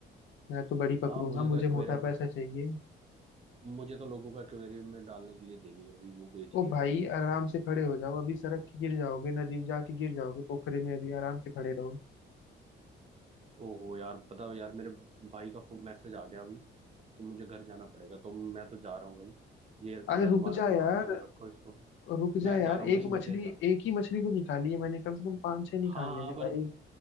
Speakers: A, on the left; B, on the right.
A: मैं तो बड़ी पकड़ूंगा
B: हाँ मुझे
A: मुझे
B: तो एक्वेरियम
A: मोटा पैसा
B: है
A: चाहिए
B: मुझे तो लोगों का एक्वेरियम में डालने के लिए देनी है भाई वो बेचनी
A: ओ
B: है
A: भाई
B: बस
A: आराम से खड़े हो जाओ अभी सड़क के गिर जाओगे नदी में जाके गिर जाओगे पोखरे में अभी आराम से खड़े रहो
B: ओहो यार पता है यार मेरे भाई का मैसेज आ गया अभी कि मुझे घर जाना पड़ेगा तो मैं तो जा रहा हूँ भाई ये पड़ा
A: अरे
B: तुम्हारा
A: रुक जा
B: सामान
A: यार
B: तुम रखो इसको
A: रुक
B: मैं
A: जा यार
B: जा रहा हूँ भाई
A: एक मछली
B: मुझे जा
A: एक ही मछली को निकाली है मैंने कम से कम पांच छह निकाल
B: हाँ
A: लेने
B: हाँ पर
A: भाई